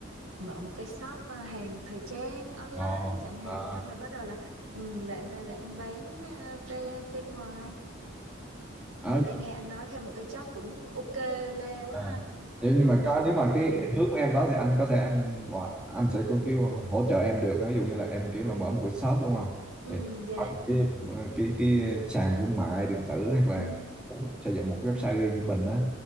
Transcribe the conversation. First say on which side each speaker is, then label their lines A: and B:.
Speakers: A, on the right (about 75°); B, in the centre.
A: mở một cái shop à, hàng thời trang online
B: Ồ,
A: chẳng hạn
B: à.
A: xong rồi bắt đầu là ừ, là, là là em bán à, ra bên ngoài
B: Ờ,
A: bữa nay nghe anh nói thêm một cái job cũng ok le quá
B: à.
A: ha
B: Nếu- nhưng
A: ừ
B: mà
A: tại
B: có nếu mà cái
A: ừ
B: hướng của em đó thì anh có thể anh gọi- anh sẽ có kiểu hỗ trợ em được ví dụ như là em kiểu là mở một cái shop đúng không
A: ừ
B: thì nó sẽ
A: dạ
B: có những cái cái cái sàn thương mại điện tử hoặc là
A: ừ
B: cũng xây dựng một cái website riêng cho mình á